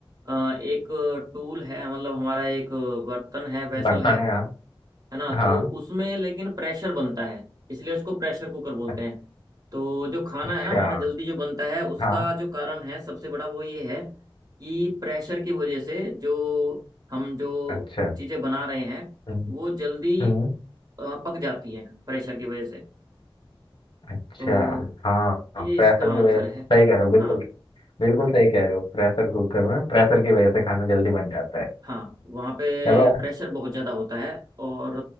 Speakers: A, on the right; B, on the left.
A: अ, एक टूल है मतलब हमारा एक बर्तन है वेसल
B: बर्तन
A: है
B: है हाँ
A: है ना
B: हाँ
A: तो उसमें लेकिन प्रेशर बनता है इसलिए उसको प्रेशर कुकर बोलते
B: अ-
A: हैं तो जो खाना
B: अच्छा
A: है ना हमारा जल्दी जो बनता है उसका
B: हाँ
A: जो कारण है सबसे बड़ा वो ये है कि प्रेशर की वजह से जो हम जो
B: अच्छा
A: चीज़ें बना रहे हैं
B: हम्म
A: वो जल्दी
B: हम्म,
A: अ, पक जाती हैं प्रेशर की वजह से
B: अच्छा
A: तो
B: हाँ
A: ये
B: प्रेशर
A: इसका आंसर
B: की वजह से-
A: है
B: सही कह रहे हो बिल्कुल
A: हाँ
B: बिल्कुल सही कह रहे हो प्रेशर कुकर में प्रेशर की वजह से खाना जल्दी बन जाता है
A: हाँ वहाँ पे
B: चलो
A: प्रेशर बहुत ज़्यादा होता है और